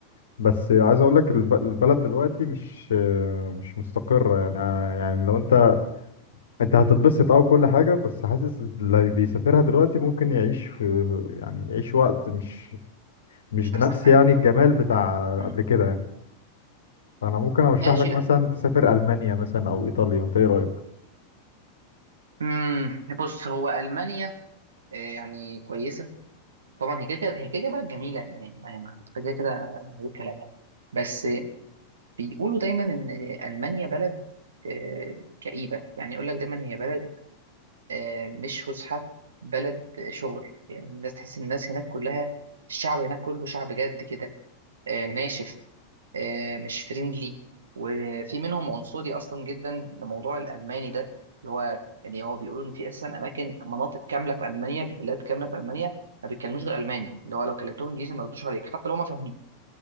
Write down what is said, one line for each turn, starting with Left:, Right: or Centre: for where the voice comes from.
Left: بس عايز اقول لك الب- البلد دلوقتي مش آه مش مستقره يعني آه يعني لو انت انت هتتبسط او كل حاجة بس حاسس اللي بيسافرها دلوقتي ممكن يعيش في يعني يعيش وقت مش مش
Right: مش
Left: بنفس
Right: أحسن حاجة
Left: يعني الجمال بتاع
Right: مم.
Left: قبل كده يعني فانا ممكن ارشح
Right: ماشي
Left: لك
Right: لأ
Left: مثلا تسافر المانيا مثلا او ايطاليا انت ايه رأيك
Right: مم. بص هو ألمانيا آه، يعني كويسة طبعا هي كده كده- هي كده كده بلد جميله يعني ما- ما- كده كده من غير كلام يعني بس بيقولوا دايما ان المانيا بلد آه، كئيبه يعني يقول لك دايما هي بلد آه، مش فسحه بلد شغل يعني الناس تحس ان الناس هناك كلها الشعب هناك كله شعب جد كده آه، ناشف آه، مش فريندلي وفي منهم عنصري اصلا جدا لموضوع الالماني ده اللي هو يعني هو بيقولوا ان في اساسا اماكن مناطق كامله في المانيا بلاد كامله في المانيا ما بيتكلموش غير الماني اللي هو لو كلمتهم انجليزي ما يردوش عليك حتى لو ما فاهمين